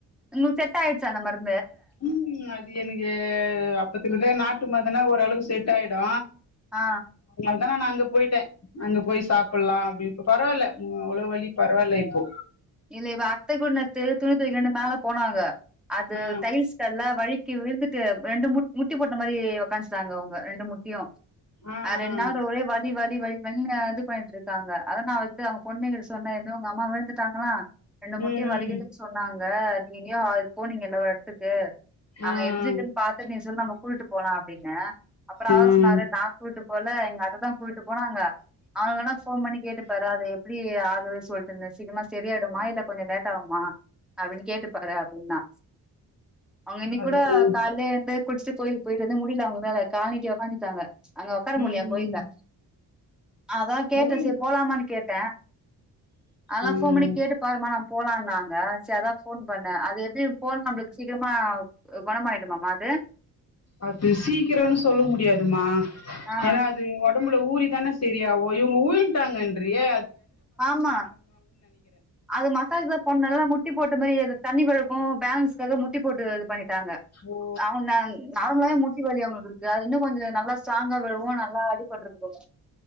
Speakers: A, in the centre; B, on the left (about 40°).
A: உங்குளுக்கு செட் ஆயிருச்சா அந்த மருந்
B: உம் அது எனக்கு அப்பத்திலந்தே நாட் <unintelligible> மாத்துனா ஒரு அளவு செட் ஆயிடு
A: ஆ
B: நானு அங்க போயிட்டே அங்க போய் சாப்பட்லா அப்டின்ட் இப்ப பரவால்ல அவ்ளோ வலி பரவால்ல இப்போ
A: இல்ல இவ அத்த குன்னத்து துணி தொவிக்கலாண்டு மேல போனாங்க அது
B: ஆ.
A: டைல்ஸ் தரைல வழிக் கீழ விழுந்துட்டு ரெண்டு மு முட்டி போட்ட மாரி உக்காஞ்ச்சுட்டாங்க அவங்க ரெண்டு முட்டியும்
B: ஆ, ஆ.
A: அது ரென்ட் நாள் ஒரே வலி வல் க்கி வழுக்கி விழுந்து இது பண்ணிட்ருக்காங்க அதா நா அவகிட்ட அவங்க பொண்ணகிட்ட சொன்ன என்ன உங்க அம்மா விழுந்து <unintelligible> தாங்கலா ரெண்டு மூட்டியும்
B: ம்,
A: வலிக்குதுன்னு
B: ம்.
A: சொன்னாங்க இங்க எங்கெயோ போனீங்கல்ல ஒரு எடத்துக்கு அங்க
B: ஆ, ஆ.
A: எப்டிக்குன்னு பாத்து நீ சொல்லு நம்ம கூட்டிட்டு போலா அப்டின்னே அப்றோ அவர்
B: ம்.
A: சொன்னாரு நா கூட்டிட்டு போல எங்க அக்காதா கூட்டிட்டு போனாங்க அவங்க வேண்ணா ஃபோன் பண்ணி கேட்டுப்பாரு அது எப்டி ஆகுது சொல்டேன்ல சிக்ரமா சரியாடுமா இல்ல கொஞ்சம் லேட் ஆகுமா அப்டின்னு கேட்டுப்பாரு அப்டின்னா அவங்க இன்னி
B: அது
A: கூட
B: போய்
A: காலையிலே எழுந்து குளிச்சுட்டு கோயிலுக்கு போயிட்டு வந்து முடில்ல அவுங்க வேல கால்நிட்டி உக்காந்துட்டாங்க அங்க உக்கார முல்லயாம்
B: ம்.
A: கோயுல்லா அதான் கேட்டேன்
B: ம்.
A: செரி போலாமனு கேட்டேன் அல்லப்வ்
B: ம்.
A: போன் பணி கேட்டு பாருமா நம் போலாம்னு நாங்க சரி அதான் போன் பண்ணேன் அது எப்படி போன நம்பளுக்கு சீக்கரமா குணமாயிடும்மா அது
B: அது சீக்கிரம்னு சொல்ல முடியாதுமா
A: ஆ
B: என்னாது ஒட் உடம்புல ஊரி தானே சரியகு இவங்க உரிட்டாங்க ன் ரியே
A: ஆமா அது மசாஜ்தான் போன்னா ல்ல முட்ட முட்டி போட்ட மாரியோஇரு தண்ணி வழம்க்கும்பேலன்ஸ்க்காக முட்டிபேட்டு எரு பண்ணிட்டாங்க
B: ஓ!
A: அவங்க நார்முல்லவே மூட்டி வழி அவங்களுக்கு இருக்கு அது இன்னும் கொஞ்சம் நல்லா சாங்கா விழவும் நல்லா அடிப் பண்றது இல்லையா